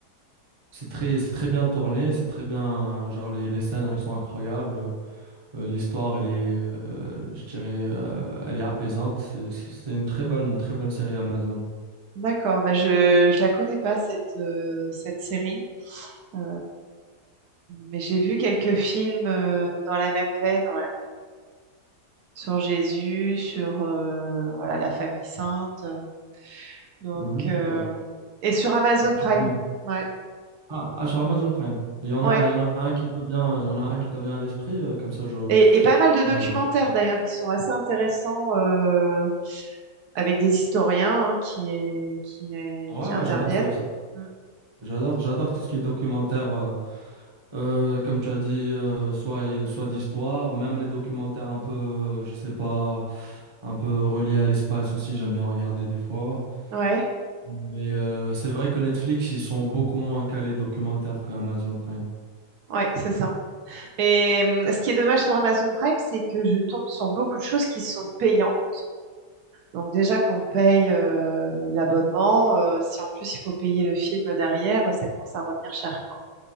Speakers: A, on the right; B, on the right.
A: c'est très, c'est très bien tourné, c'est très bien. Genre, les, les scènes, elles sont incroyables. Euh, l'histoire, elle est, euh, je dirais, euh, elle est apaisante. C'est- C'était une très bonne, très bonne série Amazon.
B: D'accord, bah je je la connais pas cette euh, cette série, Euh, mais j'ai vu quelques films euh, dans la même veine, ouais. Sur Jésus, sur euh, voilà la famille sainte, euh, donc
A: Mhm.
B: euh,
A: Euh,
B: et sur Amazon Prime,
A: Tu peux, me-
B: ouais.
A: Ah, ah, sur Amazon Prime. Il y en
B: Ouais.
A: a, il y en a un qui te vient, il y en a un qui te vient à l'esprit, euh, comme ça je.
B: Et, et pas mal de documentaires
A: je-
B: d'ailleurs qui sont assez intéressants euh, avec des historiens hein, qui, qui,
A: Ouais,
B: qui interviennent.
A: ouais, j'adore ça aussi.
B: Mm.
A: J'adore, j'adore tout ce qui est documentaire, euh, euh, comme tu as dit, euh, soit, soit d'histoire, même les documentaires un peu, euh, je sais pas, un peu reliés à l'espace aussi, j'aime bien regarder des fois.
B: Ouais,
A: Mais euh, c'est vrai que Netflix, ils sont beaucoup moins calés documentaires que Amazon Prime.
B: ouais, c'est ça. Et hum, ce qui est dommage sur Amazon Prime, c'est que je tombe sur beaucoup de choses qui sont payantes. Donc déjà qu'on paye euh, l'abonnement, euh, si en plus il faut payer le film derrière, ça commence à revenir cher, quoi.